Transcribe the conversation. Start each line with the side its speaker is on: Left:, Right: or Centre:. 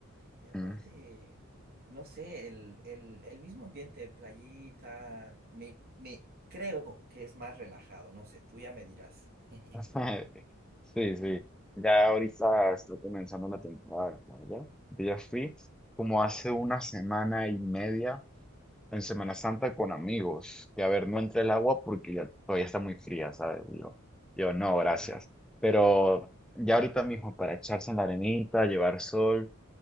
Right: Y aparte,
Centre: Mm.
Right: no sé, el, el, el mismo ambiente de playita, me, me creo que es más relajado, no sé, tú ya me dirás. <laughs>
Centre: <laughs> Sí, sí. Ya ahorita está comenzando la temporada, de sol, ¿ya? Yo ya fui como hace una semana y media en Semana Santa con amigos. Y a ver, no entré el agua porque ya todavía está muy fría, ¿sabes? Y Yo, yo no, gracias.
Right: Ya.
Centre: Pero ya ahorita mismo para echarse en la arenita, llevar sol,